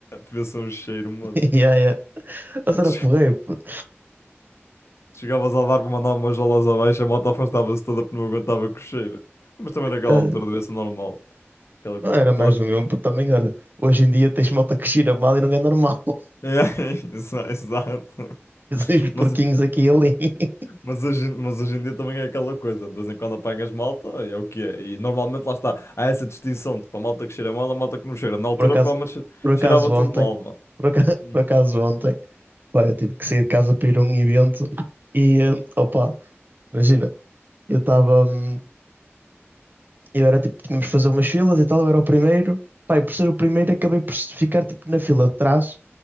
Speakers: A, on the left; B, on the right.
A: Devia ser um cheiro, moço.
B: <laughs> Yeah, yeah.
A: Tu
B: Mas era porreiro,
A: che-
B: puto.
A: tu Chegavas a levar para mandar umas jalas abaixo, a moto afastava-se toda porque não aguentava com o cheiro. Mas também naquela
B: Ah,
A: altura devia ser normal aquela
B: era
A: coisa.
B: mais do mesmo, puto. Também, olha, hoje em dia tens malta que cheira mal e não é normal. <laughs>
A: É, <laughs> exa- exato.
B: Tens uns porquinhos
A: Mas,
B: aqui e ali. <laughs>
A: mas, hoje, em- mas hoje em dia também é aquela coisa, de vez em quando apanhas malta e é o que é. E normalmente lá está, há essa distinção, tipo, a malta que cheira mal, a malta que não cheira. Na altura
B: Por acaso,
A: provavelmente che-
B: por acaso
A: cheirava tudo
B: ontem,
A: mal, mano.
B: por acaso, <laughs>
A: Hum,
B: por acaso ontem, pá, eu tive que sair de casa para ir a um evento e, eh, opa, imagina, eu estava. hum, Eu era tipo, tínhamos de fazer umas filas e tal, eu era o primeiro. Pá, e por ser o primeiro, acabei por ficar tipo na fila de trás,